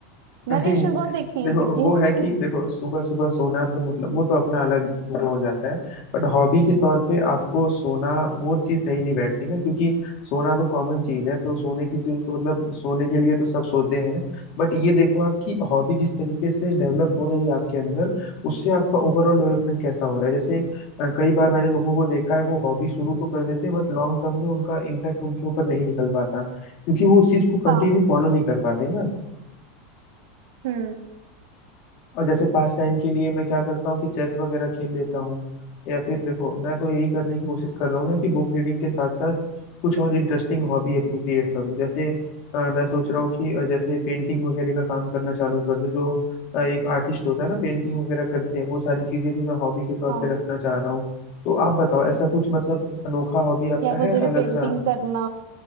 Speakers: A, on the right; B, on the left.
A: मैंने
B: नहीं
A: ये
B: नहीं
A: चीज बहुत देखी
B: देखो
A: है क्योंकि
B: वो है कि देखो सुबह सुबह सोना तो मतलब वो तो अपना अलग वो हो जाता है बट हॉबी के तौर पे आपको सोना वो चीज सही नहीं बैठती ना क्योंकि सोना तो कॉमन चीज है तो सोने की चीज तो मतलब सोने के लिए तो सब सोते हैं बट ये देखो आपकी हॉबी जिस तरीके से डेवलप हो रही है आपके अंदर उससे आपका ओवरऑल डेवलपमेंट कैसा हो रहा है जैसे अ, कई बार मैंने लोगों को देखा है वो हॉबी शुरू तो कर देते हैं बट लॉन्ग टर्म में उनका इम्पैक्ट उनके ऊपर नहीं निकल पाता क्योंकि वो उस चीज को कंटिन्यू
A: <laughs> हाँ
B: फॉलो नहीं कर पाते ना
A: हम्म
B: और जैसे पास टाइम के लिए मैं क्या करता हूँ कि चेस वगैरह खेल लेता हूँ या फिर देखो मैं तो यही करने की कोशिश कर रहा हूँ ना कि बुक रीडिंग के साथ साथ कुछ और इंटरेस्टिंग हॉबी अपनी क्रिएट करूँ जैसे अ, मैं सोच रहा हूँ कि अ, जैसे पेंटिंग वगैरह का काम करना चालू कर दूँ जो अ, एक आर्टिस्ट होता है ना पेंटिंग वगैरह करते हैं वो सारी चीजें भी मैं हॉबी के तौर
A: हाँ
B: पे रखना चाह रहा हूँ तो आप बताओ ऐसा कुछ मतलब अनोखा हॉबी आपका
A: यार मुझे
B: है
A: भी
B: अलग
A: पेंटिंग
B: सा
A: करना